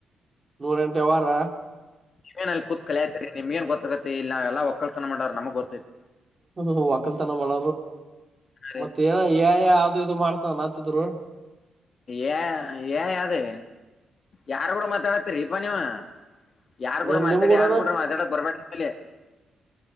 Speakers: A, on the right (about 20°); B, on the left (about 40°).
A: ನೂರಂಟೆ ವಾರ
B: ನೀವೇನ್ ಅ ಕೂತ್ ಕಲಾಯ್ತರಿ ನಿಮ್ ಏನ್ ಗೊತ್ತಾಗತ್ತ ಇ ನಾವೆಲ್ಲ ಒಕ್ಕಲ್ಸನ ಮಾಡ ನಮಗ್ ಗೊ
A: ಹ ವಾಕಲ್ತಾನ ಮಾಡ
B: ರೀ
A: ಮತ್ತ ಏನ ಯ ಅದು ಇದು ಮಾಡ್ತ ಆತಿದ್ರು
B: ಏ ಏ ಆದಿ ಯಾರ್ ಕೂಡ ಮಾತಾಡತ್ತರಿೀಪ ನೀವು ಯಾರು
A: ನಿಮ್
B: ಕೂಡ ಮಾತಾಡಿ
A: ನಿಮ್ ಕೂಡನ
B: ಯಾರ ಕೂಡ ಮಾತಾಡಕ್ ಬರ್ಬೇಡ ಇಲ್ಲಿ